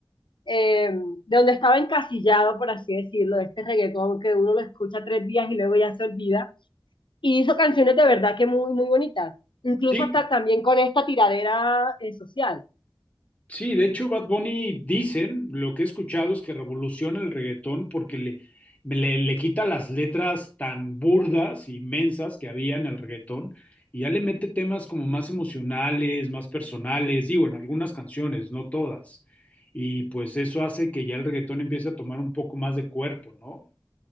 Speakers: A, on the left; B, on the left.
A: eh, de donde estaba encasillado, por así decirlo, de este reggaetón que uno lo escucha tres días y luego ya se olvida y hizo canciones de verdad que muy, muy bonitas, incluso
B: Sí,
A: hasta también con esta tiradera eh, social.
B: Sí, de hecho, Bad Bunny dicen, lo que he escuchado es que revoluciona el reggaetón porque le, le, le quita las letras tan burdas, y mensas que había en el reggaetón y ya le mete temas como más emocionales, más personales, digo, en algunas canciones, no todas. Y pues eso hace que ya el reggaetón empiece a tomar un poco más de cuerpo, ¿no?